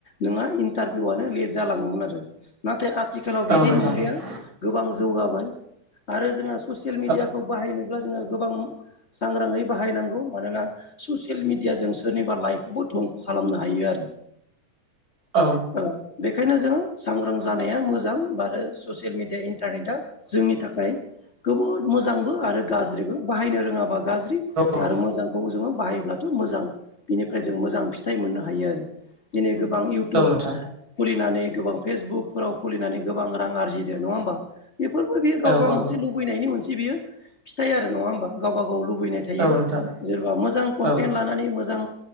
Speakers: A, on the left (about 75°); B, on the right (about 35°).
A: नोंहा इन्टारभिउआनो लेट जालाङोमोन आरो। नाथाय आथिखालाव
B: औ
A: बिदि नंलिया गोबां जौगाबाय। आरो जोङो ससियेल
B: नोंथां
A: मिडियाखौ बाहायनोब्ला जोङो गोबां सांग्राङै बाहायनांगौ। मानोना ससियेल मिडियाजों सोरनिबा लाइखौबो धंख' खालामनो हायो आरो
B: औ
A: ओं बे बेखायनो जोङो सांग्रां जानाया मोजां आरो आरो ससियेल मेडिया इन्टारनेटआ जोंनि थाखाय जोबोद मोजांबो आरो गाज्रिबो बाहायनो रोङाबा गाज्रि
B: औ
A: आरो मोजांखौ जोङो बाहायोब्लाथ' मोजां बिनिफ्राय मोजां फिथाइ मोननो हायो आरो दिनै गोबां इउटुब
B: औ नोंथां
A: खुलिनानै गोबां फेसबुकफोराव खुलिनानै गोबां रां आरजिदो नङा होमबा? बेफोरबो बियो गाव
B: औ
A: गाव
B: औ
A: मोनसे लुबैनायनि मोनसे बियो फिथाय आरो नङा होमबा गावबा गाव लुबैनाय थायो
B: औ नोंथां
A: सोरबा मोजां कनटेन
B: औ
A: लानानै मोजां